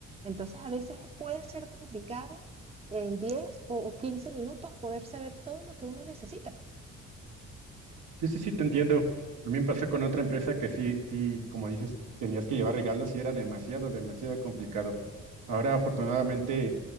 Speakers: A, on the right; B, on the right.
A: Entonces a veces puede ser complicado en 10 o o 15 minutos poder saber todo lo que uno necesita.
B: sí, sí, sí, te entiendo. También pasé con otra empresa que sí, sí, como dices, tenías que llevar regalos y era demasiado, demasiado complicado. Ahora, afortunadamente,